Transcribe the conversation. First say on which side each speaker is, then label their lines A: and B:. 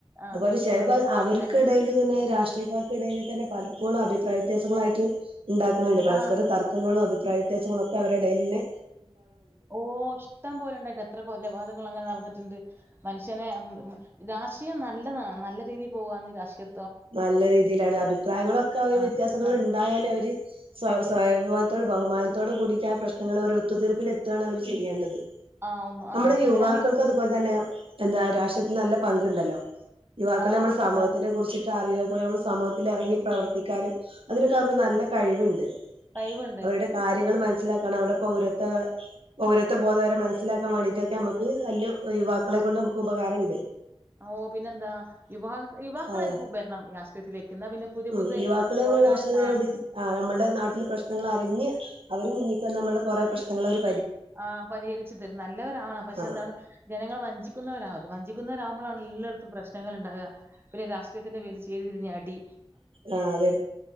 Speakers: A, on the right; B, on the right.
A: ആ
B: ണ് ണ്ട് അതുപോലെ ചെല്പ്പോ
A: പക്ഷെ എന്താണ്
B: അവർക്കിടയില്
A: ജന
B: തന്നെ രാഷ്ട്രീയക്കാർക്കിടയില് തന്നെ പലപ്പൊളും അഭിപ്രായ വ്യത്യാസങ്ങളായിട്ട് ഉണ്ടാക്കുണ് ണ്ട് പരസ്പരം
A: ആ
B: തർക്കങ്ങളും അഭിപ്രായ വ്യ സ്യങ്ങളൊക്കെ അവരെടെല്ന്നെ
A: ഓ ഇഷ്ടം പോലുണ്ടായിട്ട എത്ര കൊലപാതങ്ങളങ്ങനെ നടന്നിട്ടുണ്ട് മനുഷ്യനെ രാഷ്ട്രീയം നല്ലതാണ് നല്ല രീതിയിൽ പോവാന്നെ രാഷ്ട്രീയ
B: നല്ല രീതിയിലാണ് അഭിപ്രായങ്ങളൊക്കെ അവര്
A: ആ
B: വ്യത്യാസങ്ങള്ണ്ടായാലും
A: ആ
B: അവര് സ്വയം
A: ആ
B: <unintelligible> ബഹുമാനത്തോട് കൂടിട്ടാണ് പ്രശ്നങ്ങളൊരൊത്തു തീർപ്പിലെതാണ് അവര് ചെയ്യേണ്ടത്
A: ആ ഒന്ന് ആ
B: നമ്മുടെ
A: അങ്ങനെയാണെങ്കിലും
B: യുവാക്കൾക്ക് അതുപോൽ തന്നെ എന്താ രാഷ്ട്രയത്തി നല്ല പങ്കുണ്ടല്ലോ യുവാക്കളെ
A: ആ ഓ
B: നമ്മുടെ
A: പിന്നെന്താ
B: സമൂഹത്തിനെ കുറിച്ച്ട അറിയപോലെ നമ്മൾ സമൂഹത്തിൽ എറങ്ങി പ്രവർത്തിക്കാനും അതിനൊക്കെ അവർക്ക് നല്ല
A: ഉം,
B: കഴിവ്ണ്ട്
A: കഴിവുണ്ട്
B: അവരുടെ കാര്യങ്ങൾ മനസ്സിലാക്കാനും അവടെ പൗരത്വ പൗരത്വ ബോധവരെ മനസ്സിലാക്കാൻ വേണ്ടിട്ടൊക്കെ മക്ക് നല്ല യുവാക്കളെ കൊണ്ട് നമുക്ക് ഉപകാരണ്ട്
A: ഓ പിന്നെന്താ യുവാ യുവാക്കളെ
B: അതെ
A: വരണം രാഷ്ട്രീയത്തിലേക്ക് എന്നാ പിന്നെ പുതിയ
B: ഉം
A: പുതിയ
B: യുവാക്കളെ <unintelligible>
A: ഓരോ ആ
B: നമ്മുടെ നാട്ടില് പ്രശ്നങ്ങൾ അറിഞ്ഞ് അവര് മുന്നിക്കെന്ന നമ്മുടെ കുറേ പ്രശ്നങ്ങളൊര്
A: ആ പരിഹരിച്ചു തരും നല്ലവരാവണം പക്ഷെ
B: ആഹ്
A: എന്താണ് ജനങ്ങൾ വഞ്ചിക്കുന്നവരാവത് വഞ്ചിക്കുന്നവരാകുമ്പളാണല്ലോ ട്ത്തും പ്രശ് പ്രശ്നങ്ങള്ണ്ടാക പിന്നെ രാഷ്ട്രീയത്തിന്റെ പേരിൽ ചേരിതിരിഞ്ഞടി
B: ആ അതെ